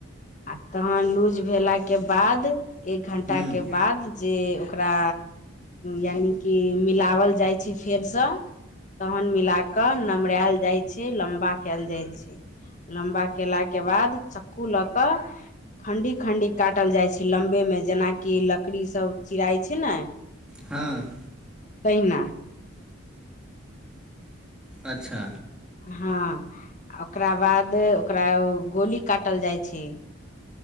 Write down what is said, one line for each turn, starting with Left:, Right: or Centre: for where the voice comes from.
Left: आ तहन लूज भेला के बाद एक घंटा
Centre: हूँ
Left: के बाद जे ओकरा यानिकि मिलाओल जाय छै फेरसँ तहन मिला क नमरायल जाय छै लम्बा क‌एल जाय छै लम्बा केला के बाद चक्कू लऽ कऽ खण्डी खण्डी काटल जाइ छैय लम्बेमे जेनाकि लकड़ी सब चिराइ छै न
Centre: हँ
Left: तहिना
Centre: अच्छा
Left: हँ ओकरा बाद ओकरा गोली काटल जाइ छैय